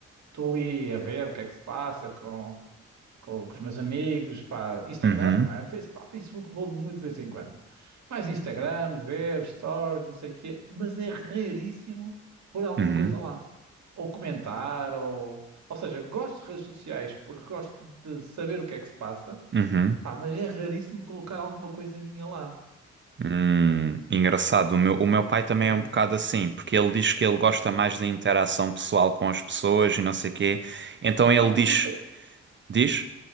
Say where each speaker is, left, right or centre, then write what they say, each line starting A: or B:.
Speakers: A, on the right; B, on the right.
A: estou ali a ver o que é que se passa com com, com os meus amigos, pá, Instagram,
B: Uhum.
A: não é? Face, pá, Facebook vou muito de vez em quando. Mais Instagram, ver stories, não sei o quê, mas é raríssimo pôr alguma
B: Uhum.
A: coisa lá. Ou comentar, ou... Ou seja, eu gosto de redes sociais porque gosto de saber o que é que se passa,
B: Uhum.
A: pá, mas é raríssimo colocar alguma coisa minha lá.
B: Hum, engraçado. O meu, o meu pai também
A: É.
B: é um bocado assim, porque ele diz que ele gosta mais da interação pessoal com as pessoas e não sei quê. Então ele
A: Não,
B: diz,
A: mas eu, te-
B: diz?